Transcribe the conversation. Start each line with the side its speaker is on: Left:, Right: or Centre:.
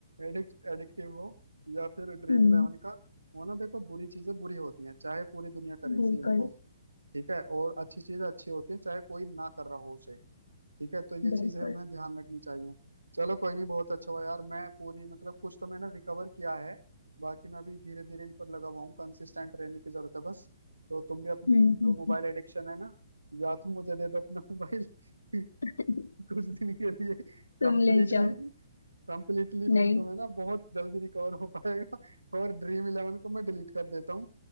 Right: एडिक्ट एडिक्टिव हो या फिर ड्रीम
Left: हम्म
Right: इलेवन का वो ना देखो बुरी चीजें बुरी होती हैं चाहे पूरी दुनिया कर रही
Left: बिल्कुल
Right: सही उनको ठीक है और अच्छी चीजें अच्छी होती हैं चाहे कोई ना कर रहा हो उसे ठीक है तो ये चीज
Left: बिल्कुल
Right: हमें ध्यान रखनी चाहिए चलो कोई नहीं बहुत अच्छा हुआ यार मैं पूरी मतलब कुछ तो मैंने रिकवर किया है बाकी मैं अभी धीरे धीरे इन पर लगा हुआ हूँ कंसिस्टेंट रहने की जरूरत है बस तो तुम भी अपने
Left: हम्म
Right: जो
Left: हम्म।
Right: मोबाइल एडिक्शन है ना या तो मुझे दे दो अपना मोबाइल <laughs>
Left: हम्म।
Right: कुछ दिन के लिए कंप्लीटली
Left: तुम ले जाओ
Right: कंप्लीटली
Left: नहीं
Right: फिर तुम्हें ना बहुत जल्दी रिकवर हो पाएगा और ड्रीम इलेवन को मैं डिलीट कर देता हूँ